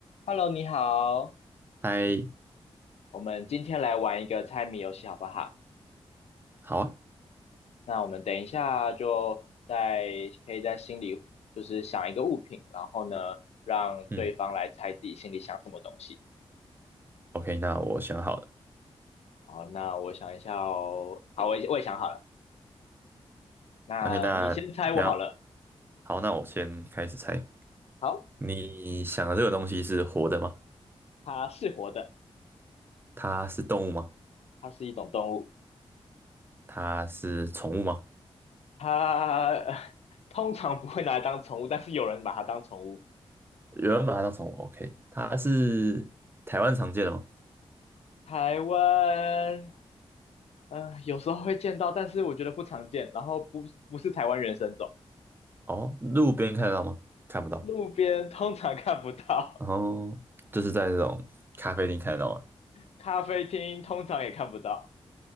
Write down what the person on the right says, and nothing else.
嗨，
好啊，
嗯，OK，那我想好了
，OK，那你要，好，那我先开始猜。
你想的这个东西是活的吗？
它是动物吗？
它是宠物吗？
有人把它当宠物，OK，它是台湾常见的吗？
哦，路边看得到吗？看不到。
然后就是在这种咖啡厅看得到吗？